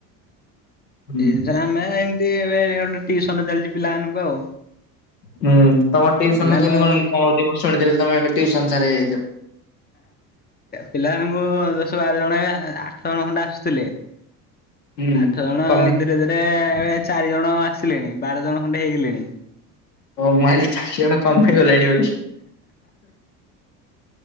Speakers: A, on the left; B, on the left.
A: ହୁଁ
B: ଏଇ ଜିନିଷରେ ଆମେ ଏମତି ଏବେ ଗୋଟେ ଟିସନ ଚାଲିଚି ପିଲାମାନଙ୍କୁ ଆଉ।
A: ହୁଁ ତମ ଟିଉସନରୁ
B: ପିଲା
A: କେମିତି
B: ନୁ
A: କଣ ଇନକମ ହଉଚି ମୁଁ ଶୁଣିଥିଲି ତମେ ଏବେ ଟିଉସନ ସାର ହେଇଯାଇଛ।
B: ପିଲାମାନଙ୍କୁ ଦଶ ବାର ଜଣ ଆଠ ଜଣ ଖଣ୍ଡେ ଆସୁଥିଲେ
A: ହୁଁ।
B: ଆଠ ଜଣ
A: କମି
B: ଧୀରେ ଧୀରେ ଏବେ ଚାରି ଜଣ ଆସିଲେଣି ବାର ଜଣ ଖଣ୍ଡେ ହେଇଗଲେଣି।
A: ଓ ମୁଁ ଆଇଲି ଚାରିଶ ଜଣ କମି ଗଲେଣି ବୋଲି।